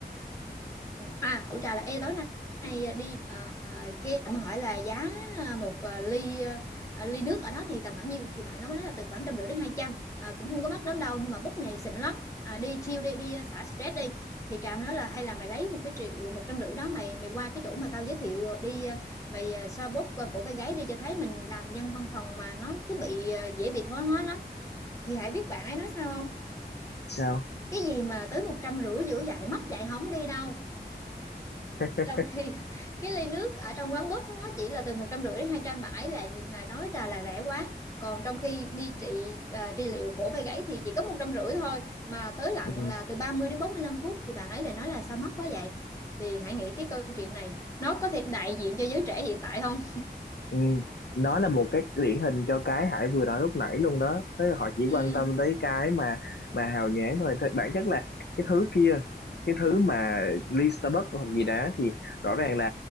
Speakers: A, on the left (about 15°); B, on the left (about 75°).
A: À, tụi trà là ê tối nay đi à, cái em hỏi là giá ờ, một à, ly à, ly nước ở đó thì tầm khoảng nhiêu thì bạn đó mới nói là từ khoảng trăm rưỡi đến hai trăm à, cũng không có mắc lắm đâu nhưng mà bút này xịn lắm à, đi chill đi đi à, xả stress đi thì trà mới nói là hay là mày lấy một cái triệu một trăm rưỡi đó mày mày qua cái chỗ mà tao giới thiệu đi à, mày à, xoa bóp à, cổ vai gáy đi cho thấy mình làm dân văn phòng mà nó cứ bị à, dễ bị thoái hóa lắm thì hãy biết bạn ấy nói sao không
B: Sao
A: cái gì mà tới một trăm rưỡi giữa dạy mất dạy không đi đâu
B: <laughs>
A: trong khi <laughs> cái ly nước ở trong quán búp nó chỉ là từ một trăm rưỡi đến hai trăm bảy lại là nói trà là rẻ quá còn trong khi đi trị à, trị liệu cổ vai gáy thì chỉ có một trăm rưỡi thôi mà tới lặn
B: ừ.
A: là từ 30 đến bốn mươi lăm phút thì bạn ấy lại nói là sao mắc quá vậy thì hãy nghĩ cái câu chuyện này nó có thể đại diện cho giới trẻ hiện tại không
B: Ừ, nó là một cái điển hình cho cái Hải vừa nói lúc nãy luôn đó tức là họ chỉ
A: ừ,
B: quan tâm tới cái mà mà hào nhoáng thôi Thật- bản chất là cái thứ kia cái thứ mà ly Starbucks hoặc gì đó thì rõ ràng là